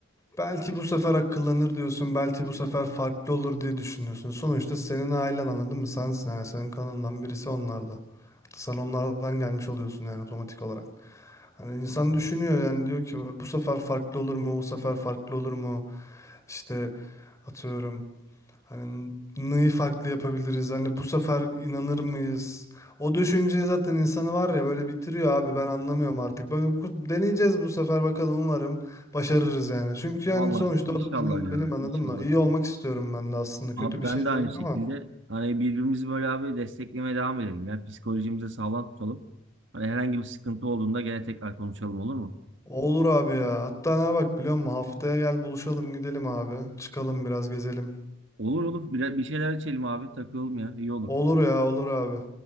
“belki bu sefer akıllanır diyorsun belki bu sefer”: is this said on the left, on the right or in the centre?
Left